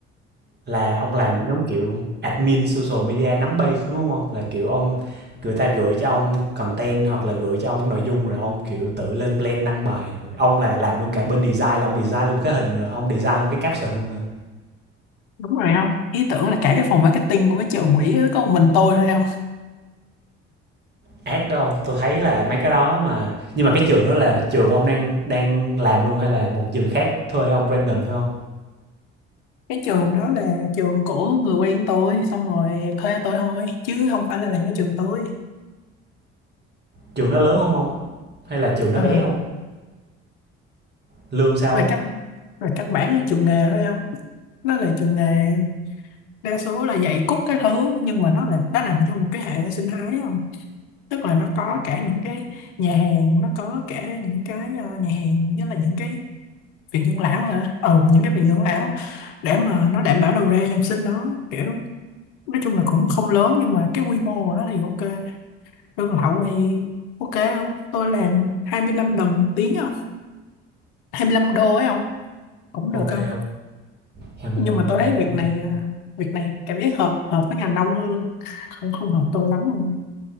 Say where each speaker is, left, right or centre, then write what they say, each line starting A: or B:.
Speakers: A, on the right; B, on the left.
A: Là ông làm giống kiểu admin social media nắm base đúng không Là kiểu ông người ta gửi cho ông content hoặc là gửi cho ông cái nội dung rồi ông, kiểu, tự lên plan đăng bài rồi ông là làm luôn cả bên design là ông design luôn cái hình rồi ông design luôn cái caption luôn hả?
B: đúng rồi không ý tưởng là cả cái phòng marketing của cái trường quỹ á, có một mình tôi thôi không
A: Ác đó không Tôi thấy là mấy cái đó mà nhưng mà cái trường đó là trường ông đang đang làm luôn hay là một trường khác thuê ông random thôi không
B: cái trường đó là trường của người quen tôi xong rồi thuê tôi thôi chứ không phải là làm cái trường tôi
A: Trường nó lớn không không Hay là trường
B: Ờ
A: nó bé không Lương sao
B: về
A: không
B: căn về căn bản là trường nghề thôi không nó là trường nghề đa số là dạy cút các thứ nhưng mà nó là nó nằm trong một cái hệ sinh thái không tức là nó có cả những cái nhà hàng nó có cả những cái ờ, nhà hàng với là những cái viện dưỡng lão hả ừ những cái viện dưỡng lão để mà nó đảm bảo đầu ra dòng sinh nó kiểu nói chung là cũng không lớn nhưng mà cái quy mô của nó thì ok lương lậu thì ok không tôi làm 25 đồng một tiếng không 25 đô ấy không cũng
A: Ok,
B: được không
A: 25
B: nhưng mà
A: đô
B: tôi
A: một
B: thấy việc
A: tiếng.
B: này à, việc này cảm giác hợp hợp với ngành đông hơn không không hợp tôi lắm luôn